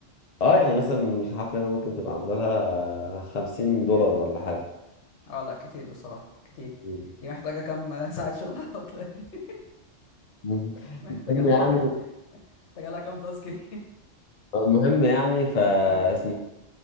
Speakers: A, on the left (about 50°); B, on the left (about 70°).
A: اه يعني مثلا الحفله هنا ممكن تبقى عامله لها 50 دولار ولا حاجه
B: اه لا كتير بصراحه كتير
A: مم.
B: دي محتاجه كام <laughs> ساعه شغل على الاوتلاير دي <laughs>
A: <laughs>
B: محتاجه
A: المهم
B: لها
A: يعني
B: كام محتاجه لها كام تاسك دي
A: المهم يعني فاسمه
B: <laughs> اه